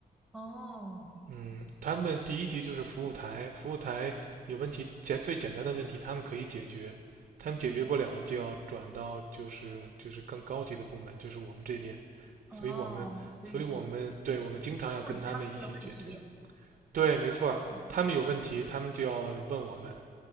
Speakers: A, in the centre; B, on the right.
A: 哦，
B: 嗯，他们第一级就是服务台，服务台有问题，简最简单的问题他们可以解决，他们解决不了就要转到就是就是更高级的部门，
A: 嗯，
B: 就是我们这边，
A: 哦，
B: 所以我们所以我们对我们经常要跟他们一起解决。
A: 所以就处理他们的问题。
B: 对，没错，
A: 嗯
B: 他们有问题，他们就要问我们